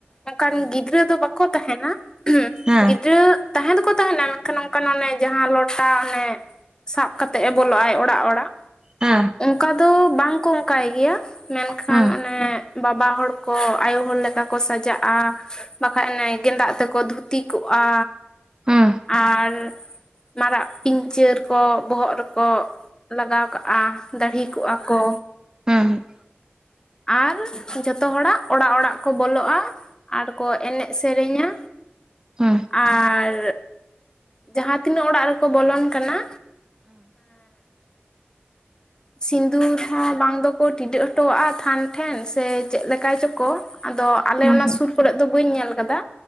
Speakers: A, on the left; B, on the right.
A: ᱚᱱᱠᱟᱱ ᱜᱤᱫᱽᱨᱟᱹ ᱫᱚ ᱵᱟᱠᱚ ᱛᱟᱦᱮᱱᱟ ᱾ <unintelligible>
B: ᱦᱮᱸ
A: ᱜᱤᱫᱽᱨᱟᱹ ᱛᱟᱦᱮᱸ ᱫᱚᱠᱚ ᱛᱟᱦᱮᱸᱱᱟ ᱢᱮᱱᱠᱷᱟᱱ ᱚᱱᱠᱟᱱ ᱚᱱᱮ ᱡᱟᱦᱟᱸ ᱞᱚᱴᱟ ᱚᱱᱮ ᱥᱟᱵ ᱠᱟᱛᱮᱜ ᱮ ᱵᱚᱞᱚᱜ ᱟᱭ ᱚᱲᱟᱜ ᱚᱲᱟᱜ ᱾
B: ᱦᱮᱸ
A: ᱚᱱᱠᱟ ᱫᱚ ᱵᱟᱝᱠᱚ ᱚᱱᱠᱟᱭ ᱜᱮᱭᱟ ᱢᱮᱱᱠᱷᱟᱱ
B: ᱦᱮᱸ
A: ᱚᱱᱮ ᱵᱟᱵᱟ ᱦᱚᱲ ᱠᱚ ᱟᱭᱳ ᱦᱚᱲ ᱞᱮᱠᱟ ᱠᱚ ᱥᱟᱡᱟᱜᱼᱟ ᱵᱟᱠᱷᱟᱡ ᱚᱱᱮ ᱜᱮᱸᱫᱟᱜ ᱛᱮᱠᱚ ᱫᱷᱩᱛᱤ ᱠᱚᱜᱼᱟ,
B: ᱦᱮᱸ
A: ᱟᱨ ᱢᱟᱨᱟᱜ ᱯᱤᱧᱪᱟᱹᱨ ᱠᱚ ᱵᱚᱦᱚᱜ ᱨᱮᱠᱚ ᱞᱟᱜᱟᱣ ᱠᱟᱜᱼᱟ᱾ ᱫᱟᱹᱦᱤ ᱠᱚᱜᱼᱟ ᱠᱚ᱾
B: ᱦᱮᱸ ᱦᱮᱸ᱾
A: ᱟᱨ ᱡᱚᱛᱚ ᱦᱚᱲᱟᱜ ᱚᱲᱟᱜ ᱚᱲᱟᱜ ᱠᱚ ᱵᱚᱞᱚᱜᱼᱟ᱾ ᱟᱨᱠᱚ ᱮᱱᱮᱡ ᱥᱮᱨᱮᱧᱟ,
B: ᱦᱮᱸ
A: ᱟᱨᱻ ᱡᱟᱦᱟᱸ ᱛᱤᱱᱟᱹᱜ ᱚᱲᱟᱜ ᱨᱮᱠᱚ ᱵᱚᱞᱚᱱ ᱠᱟᱱᱟ, ᱥᱤᱸᱫᱩᱨ ᱦᱚᱸ ᱵᱟᱝ ᱫᱚᱠᱚ ᱴᱤᱰᱟᱹᱜ ᱦᱚᱴᱚᱣᱟᱜᱼᱟ ᱛᱷᱟᱱ ᱴᱷᱮᱱ, ᱥᱮ ᱪᱮᱫ ᱞᱮᱠᱟᱭ ᱪᱚᱠᱚ, ᱟᱫᱚ ᱟᱞᱮ
B: ᱦᱮᱸ
A: ᱚᱱᱟ
B: ᱦᱮᱸ
A: ᱥᱩᱨ ᱠᱚᱨᱮ ᱫᱚ ᱵᱟᱹᱧ ᱧᱮᱞ ᱟᱠᱟᱫᱟ,